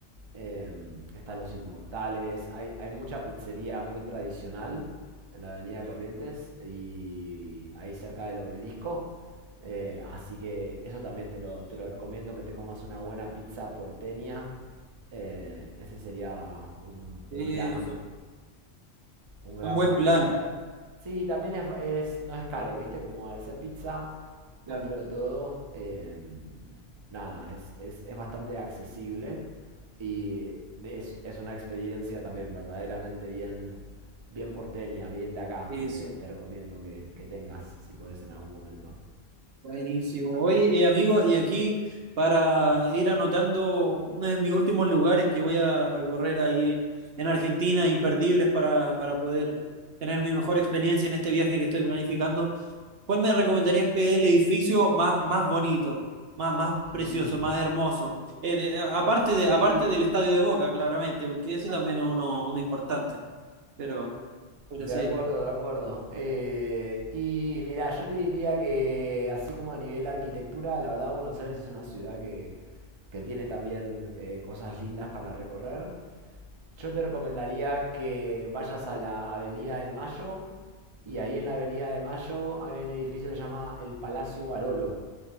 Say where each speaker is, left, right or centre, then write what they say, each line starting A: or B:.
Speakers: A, on the right; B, on the right.
A: eh, está Los Inmortales. Hay, hay mucha pizzería muy tradicional en la Avenida Corrientes y ahí cerca del obelisco. Eh, así que eso también te lo, te lo recomiendo, que te comas una buena pizza porteña. Eh, ese sería un,
B: Eso.
A: un plan un gran
B: Un buen
A: plan.
B: plan.
A: Y ta- sí, también es, es- no es caro, ¿viste? Como al ser pizza, dentro
B: Claro,
A: de todo, em, nada, es, es- es bastante accesible y de- es, es una experiencia también verdaderamente bien, bien porteña, bien de acá,
B: eso.
A: que te, te recomiendo que, que tengas si podés en algún momento.
B: Buenísimo. Oye, eh, amigo, y aquí para ir anotando uno de mis últimos lugares que voy a recorrer ahí en Argentina, imperdibles para, para poder tener mi mejor experiencia en este viaje que estoy planificando. ¿Cuál me recomendarías que es el edificio más, más bonito, más, más precioso,
A: Mm,
B: más hermoso? Eh, de- eh, aparte de,
A: Y
B: aparte del Estadio de Boca, claramente, porque ese también es uno, uno importante. Pero, pero
A: de
B: sí,
A: acuerdo, de acuerdo. Eh, y mira, yo te diría que así como a nivel arquitectura, la verdad Buenos Aires es una ciudad que que tiene también eh, cosas lindas para recorrer. Yo te recomendaría que vayas a la Avenida de Mayo y ahí en la Avenida de Mayo hay un edificio que se llama el Palacio Barolo.